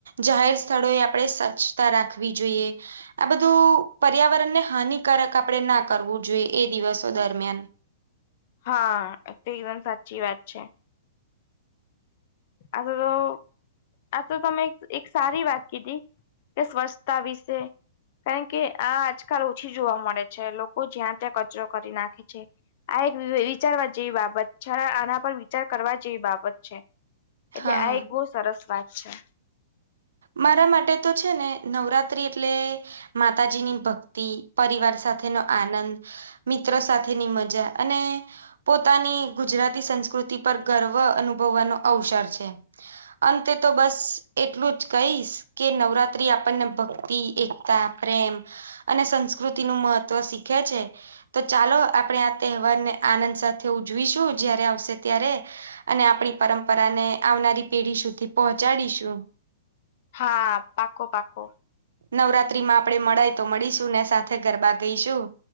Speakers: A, on the right; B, on the left.
A: જાહેર સ્થળોએ આપણે સ્વચ્છતા રાખવી જોઈએ. આ બધું પર્યાવરણને હાનિકારક આપણેે ના કરવું જોઈએ એ દિવસો દરમિયાન.
B: હા તે એકદમ સાચી વાત છે. આ તો આ તો તમે એક સારી વાત કીધી કે સ્વચ્છતા વિશે કારણ કે આ આજકાલ ઓછી જોવા મળે છે લોકો જ્યાં ત્યાં કચરો કરી નાખે છે. આ એક વિચારવા જેવી બાબત છે આના પર વિચાર કરવા જેવી બાબત છે. એટલે
A: હા
B: આ એક બહુ સરસ વાત છે.
A: મારા માટે તો છે ને નવરાત્રી એટલે માતાજીની ભક્તિ પરિવાર સાથેનો આનંદ મિત્રો સાથેની મજા અને પોતાની ગુજરાતી સંસ્કૃતિ પર ગર્વ અનુભવવાનો અવસર છે. છે અંતે તો બસ એટલું જ કહીશ કે નવરાત્રી આપણને ભક્તિ એકતા પ્રેમ અને સંસ્કૃતિ નું મહત્વ શીખે છે. તો ચાલો આપણે આ તહેવારને આનંદ સાથે ઉજવીશું જયારે આવશે ત્યારે અને આપણી પરંપરા ને આવનારી પેઢી સુધી પહોંચાડીશું.
B: હા પાકો પાકો.
A: નવરાત્ર્રી માં આપડણે મળાય તો મળીશું ને સાથે ગરબા ગઈશું.